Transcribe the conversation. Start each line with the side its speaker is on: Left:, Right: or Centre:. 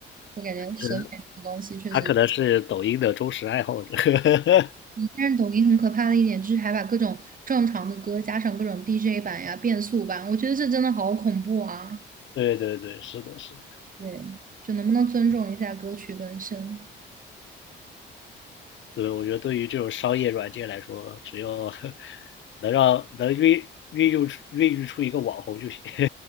Right: 我感觉审美这种东西确实，
Left: 是，他可能是抖音的忠实爱好者。<laughs>
Right: 但是抖音很可怕的一点就是还把各种正常的歌加上各种 DJ 版呀、变速版，我觉得这真的好恐怖啊！
Left: 对对对，是的，是的。
Right: 对，就能不能尊重一下歌曲本身？
Left: 对，我觉得对于这种商业软件来说，只要 <laughs> 能让能运孕育出孕育出一个网红就行。<laughs>